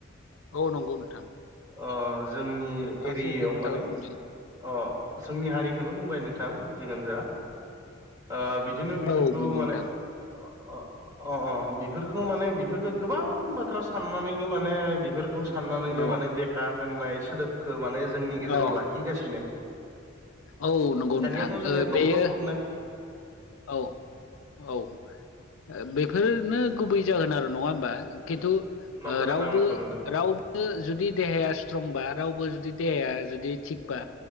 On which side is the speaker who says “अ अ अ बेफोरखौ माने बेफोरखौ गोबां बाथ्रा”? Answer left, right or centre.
Right